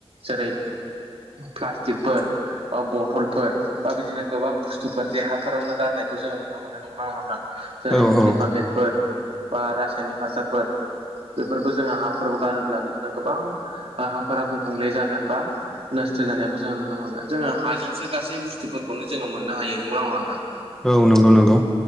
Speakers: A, on the right; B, in the centre.
A: जेरै प्लास्टिकफोर बा बथलफोर बा बिदिनो गोबां बुस्थुफोर जे हाफोरावनो गारनायखौ जोङो नुनो मोनो नंगौना नङा नोंथां? जेरै
B: औ
A: मुलि
B: औ
A: पाकेटफोर बा रासायनिक हासारफोर बेफोरखौ जोङो हाफोराव गारोब्ला बिदिनो गोबां हाफोरा गुबुंले जागोन बा नस्थ' जानायखौ जोङो नुनो मोनगोन जोङो हाजोंसो गासै बुस्थुफोरखौनो जोङो मोननो हायो नंगौ नङा नोंथां?
B: औ नंगौ नंगौ।